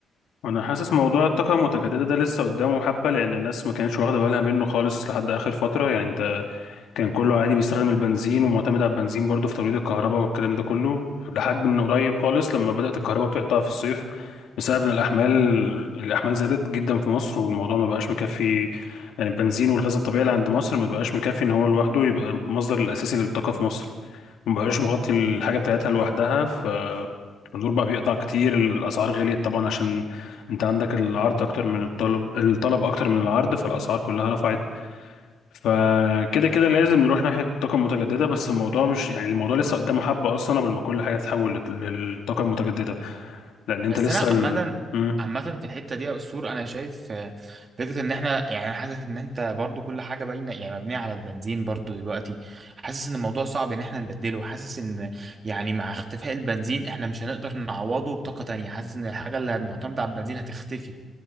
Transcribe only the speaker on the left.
وانا حاسس موضوع الطاقه المتجدده ده لسه قدامه حبه لان الناس ما كانتش واخده بالها منه خالص لحد اخر فتره يعني انت كان كله عادي بيستخدم البنزين ومعتمد على البنزين برضه في توليد الكهرباء والكلام ده كله لحد من قريب خالص لما بدات الكهرباء بتقطع في الصيف بسبب ان الاحمال الاحمال زادت جدا في مصر والموضوع ما بقاش مكفي يعني البنزين والغاز الطبيعي اللي عند مصر ما بقاش مكفي ان هو لوحده يبقى المصدر الاساسي للطاقه في مصر ما بقاش مغطي الحاجه بتاعتها لوحدها فالنور بقى بيقطع كتير الأسعار غليت طبعا عشان أنت عندك العرض أكتر من الطلب الطلب أكتر من العرض فالأسعار كلها رفعت فكده كده لازم نروح ناحية الطاقة المتجددة بس الموضوع مش يعني الموضوع لسه قدامه حبة أصلا قبل ما كل حاجة تتحول للطاقة المتجددة لأن أنت
لسه
ال... مم.